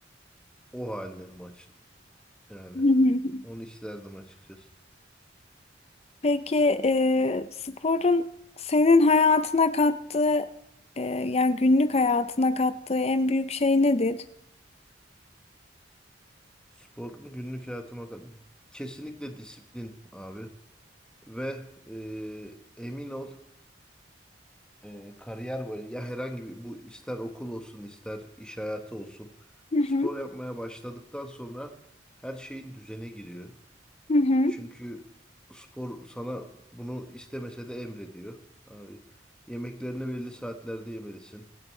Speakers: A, in the centre; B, on the left.
A: o halinin maç yani.
B: <laughs>
A: Onu isterdim açıkçası.
B: Peki e, sporun senin hayatına kattığı e, yani günlük hayatına kattığı en büyük şey nedir?
A: Spor mu günlük hayatıma kat- kesinlikle disiplin abi ve e, emin ol e, kariyer boyu ya herhangi bir bu ister okul olsun ister iş hayatı olsun
B: Hı
A: spor
B: hı,
A: yapmaya başladıktan sonra her şeyin düzene giriyor.
B: hı hı,
A: Çünkü spor sana bunu istemese de emrediyor. Abi yemeklerini belli saatlerde yemelisin.